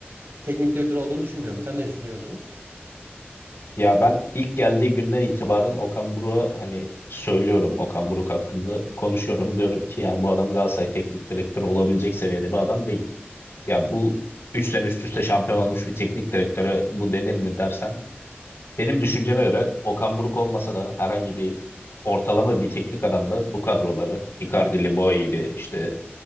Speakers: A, on the right; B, on the left.
A: teknik direktör olduğunu düşünmüyorum. Sen ne düşünüyorsun?
B: Ya ben ilk geldiği günden itibaren Okan Buruk'a hani söylüyorum Okan Buruk hakkında konuşuyorum. Diyorum ki yani bu adam Galatasaray teknik direktörü olabilecek seviyede bir adam değil. Ya bu 3 sene üst üste şampiyon olmuş bir teknik direktöre bu denir mi dersen Benim düşünceme göre Okan Buruk olmasa da herhangi bir ortalama bir teknik adamla bu kadroları Icardi'li, Boey'li, işte